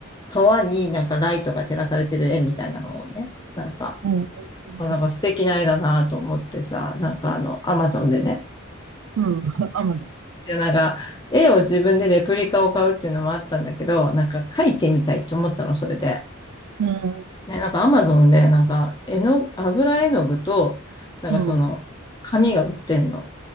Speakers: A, on the left; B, on the right.
A: 川になんかライトが照らされてる絵みたいなのをね、なんか、
B: うんうん。
A: あなんか素敵な絵だなと思ってさ、なんかあの、アマゾンでね
B: うん。アマゾン。
A: で、なんか、絵を自分でレプリカを買うっていうのもあったんだけど、なんか描いてみたいって思ったの、それで。
B: うん、
A: ね、なんかアマゾンで、なんか、絵の、油絵の具と、なんかその、
B: うん、
A: 紙が売ってんの。